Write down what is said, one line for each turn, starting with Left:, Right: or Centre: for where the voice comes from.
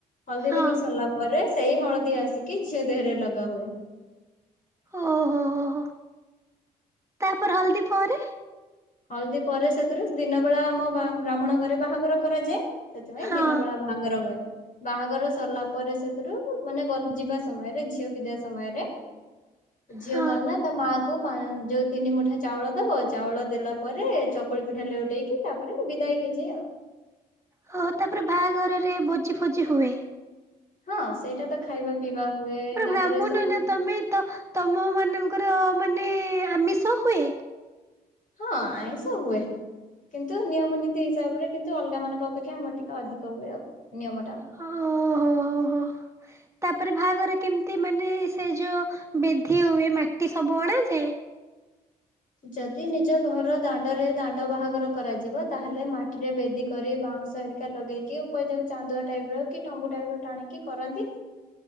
Left: ହଳଦୀ
Right: ହଁ
Left: ବିଧି ସରିଲା ପରେ ସେଇ ହଳଦୀ ଆସିକି ଝିଅ ଦେହରେ ଲଗା ହୁଏ।
Right: ଓହୋ ହୋ ତାପରେ ହଳଦୀ ଫରେ
Left: ହଳଦୀ ପରେ ସେଥିରୁ ଦିନ ବେଳା ଆମ ବ୍ରାହ୍ମଣ ଘରେ ବାହାଘର କରାଯାଏ। ସେଥିପାଇଁ
Right: ହଁ
Left: ଦିନ ବେଳା ବାହାଘର। ର ହୁଏ। ବାହାଘର ସରିଲା ପରେ ସେଥିରୁ ମାନେ ଗ ଯିବା ସମୟରେ ଝିଅ ବିିଧା ସମୟରେ ଝିଅ
Right: ହଁ
Left: କନ ନା ତା ମା କୁ ଯୋଉ ତିନି ମୁଠା ଚାଉଳ ଦବ ଚାଉଳ ଦେଲା ପରେ ଚକୁଳି ପିଠା ଲେଉଟେଇକି ତାପରେ ବିଦାୟ ହେଇଯାଏ ଆଉ।
Right: ହଉ ତାପରେ ବାହାଘରରେ ଭୋଜି ଫୋଜି ହୁଏ।
Left: ହଁ ସେଇଟା ତ ଖାଇବା ପିଇବା ହୁଏ ତାପରେ
Right: ବ୍ରାହ୍ମଣ
Left: ସବୁ
Right: ନା ତମେ ତ ତମ ମାନଙ୍କର ମାନେ ଆମିଷ ହୁଏ।
Left: ହଁ ଆଇଁଷ ହୁଏ। କିନ୍ତୁ ନିୟମ ନୀତି ହିସାବରେ କିନ୍ତୁ ଅଲଗା ମାନଙ୍କ ଅପେକ୍ଷା ଆମର ଟିକେ ଅଧିକ ହୁଏ ଆଉ ନିୟମ ଟା।
Right: ହଁ ହୋ ହ ହୋ। ତାପରେ ବାହାଘର କେମିତି ମାନେ ସେ ଯୋଉ ବେଧି ହୁଏ ମାଟି ସବୁ ଅଣାଯାଏ।
Left: ଯଦି ନିଜ ଘର ଦାଣ୍ଡରେ ଦାଣ୍ଡ ବାହାଘର କରାଯିବ ତାହେଲେ ମାଟିରେ ବେଦି କରି ବାଉଁଶ ହେରିକା ଲଗେଇକି ଉପ ଯାଉ ଚାନ୍ଦୁଆ ଟାଇପ ର କି ଟମ୍ବୁ ଟାଇପ ର ଟାଣିକି କରନ୍ତି